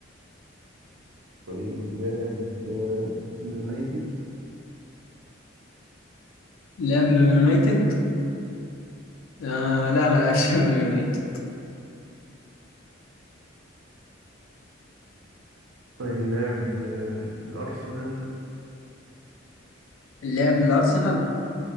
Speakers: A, on the right; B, on the left.
A: طيب لاعب آه، اليونايتد؟
B: لعب لليونايتد آه لا ما لعبش <laughs> لليونايتد
A: طيب لاعب ل- الأرسنال
B: لعب الأرسنال